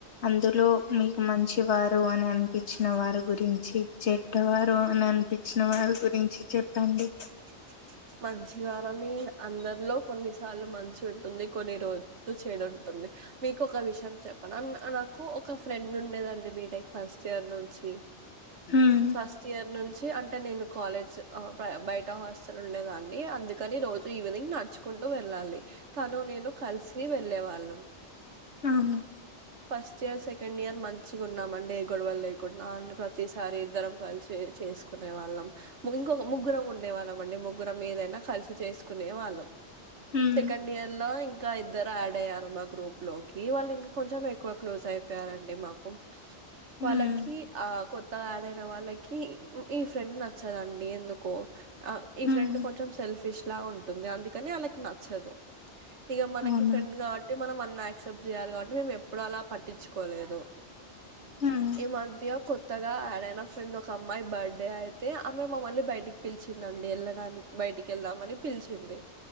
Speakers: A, on the left (about 75°); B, on the right (about 80°).
A: అందులో మీకు మంచివారు అని అనిపించిన వారి గురించి చెడ్డవారు అని అనిపించిన వారి గురించి చెప్పండి
B: <inaudible> మంచి వారని అందరిలో కొన్ని సార్లు మంచి ఉంటుంది కొన్ని రోజు చేడు ఉంటుంది మీకు ఒక విషయం చెప్పన అ నాకు ఒక ఫ్రెండ్ ఉండేదండి బిటెక్ ఫస్ట్ ఇయర్ నుంచి
A: ఉమ్
B: ఫస్ట్ ఇయర్ నుంచి అంటే నేను కాలేజ్ ఆ బయ ట హాస్టల్ లో ఉండేదండి అందుకని రోజు ఈవినింగ్ నడుచుకుంటూ వెళ్ళాలి తను నేను కలిసి వెళ్ళే వాళ్ళము
A: అవును
B: ఫస్ట్ ఇయర్ సెకండ్ ఇయర్ మంచిగా ఉన్నామండి ఏ గొడవలు లేకుండా అ ప్రతిసారి ఇద్దరం కలిసి చేసుకునే వాళ్ళం ఇంకొక ముగ్గురం ఉండేవాళ్ళం అండి ముగ్గురం ఏదైనా కలిసి చేసుకునే వాళ్ళం
A: ఉమ్
B: సెకండ్ ఇయర్ లో ఇంకా ఇద్దరు యాడ్ అయ్యం మా గ్రూప్ లోకి వాళ్ళు ఇంకా కొంచెం ఎ ఎక్కువ క్లోజ్ అయిపోయారండి మాకు
A: ఉమ్
B: వాళ్ళకి ఆ కొత్త గా యాడ్ న వాళ్ళకి ఈ ఫ్రెండ్ నచ్చదండి ఎందుకో ఆ ఈ
A: ఉమ్
B: ఫ్రెండ్ కొంచెం సెల్ఫిష్ లా ఉం ఉంటుంది అందుకని వాళ్ళకి నచ్చదు ఇగ మనకి
A: అవునా
B: ఫ్రెండ్ కాబట్టి మనం అ ఆక్సిప్ట్ చేయాలి కాబట్టి మేము ఇప్పుడు అలా పట్ పట్టించుకోలేదు
A: ఉమ్
B: ఈ మధ్య కొ కొత్తగా యాడయిన ఫ్రెండ్ ఒక అమ్మాయి బర్త్డే అయితే ఆమె మమ్మల్ని బయటికి పిలిచిందండి వెళ్ళడానికి బయటికి వెళ్దామని పిలిచింది